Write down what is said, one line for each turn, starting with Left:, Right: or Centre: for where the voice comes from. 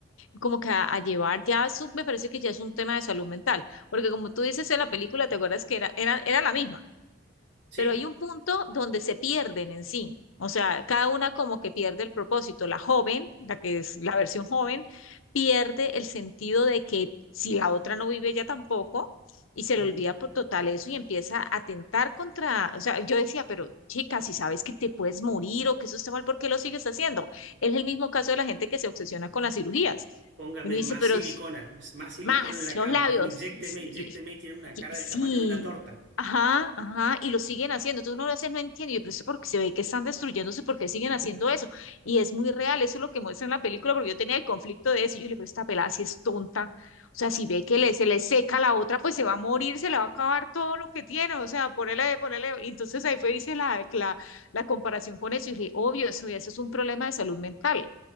Left: como que a, a llevar, ya eso me parece que ya es un tema de salud mental, porque como tú dices en la película, ¿te acuerdas que era, era, era la misma?
Right: sí,
Left: pero hay un punto donde se pierden en sí. O sea, cada una como que pierde el propósito. La joven, la que es la versión joven, pierde el sentido de que si la otra no vive, ella tampoco, y se
Right: Ujú.
Left: le olvida por total eso y empieza a atentar contra, o sea, yo decía, pero chica, si sabes que te puedes morir o que eso está mal, ¿por qué lo sigues haciendo? Es el mismo caso de la gente que se obsesiona con las cirugías.
Right: Póngame
Left: Uno dice,
Right: más
Left: pero
Right: silicona, más silicona
Left: más
Right: en la
Left: los
Right: cama,
Left: labios.
Right: inyécteme,
Left: Sí,
Right: inyécteme y tiene una
Left: y-
Right: cara
Left: sí.
Right: del tamaño de una torta.
Left: Ajá, ajá, y lo siguen haciendo. Entonces uno lo veces no entiende, yo, pero eso porque se ve que están destruyéndose, porque siguen haciendo eso? Y es muy real, eso es lo que muestra en la película, porque yo tenía el conflicto de eso, y yo le digo, pero esta pelada si es tonta. O sea, si ve que le, se le seca la otra, pues se va a morir, se le va a acabar todo lo que tiene. O sea, ponele, ponele. Y entonces ahí fue, hice la, la, la comparación con eso, y dije, obvio, eso, eso es un problema de salud mental.